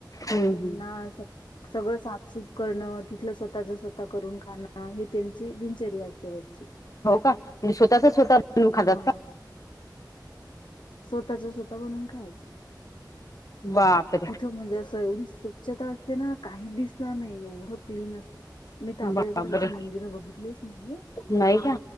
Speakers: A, on the left; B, on the left.
A: हम्म
B: त्यांना
A: हम्म
B: स सगळं सा- सुप करणं तिथलं स्वतःचा स्वतः करून खाणं हे त्यांची दिनचर्या असते रोच्ची
A: हो का म्हणजे स्वतःचा स्वतः. बनवून खातात
B: हा.
A: का
B: स्वतःच्या स्वतः बनून खायचे
A: बापरे
B: तिथ- तू म्हणजे असं एवढी स्वच्छता असते ना काही दिसणार नाही एवढं क्लीन असते. मी तर आपल्या
A: बापरे
B: इकडें तशी मंदिरं बघितलीच नाही.
A: नाही का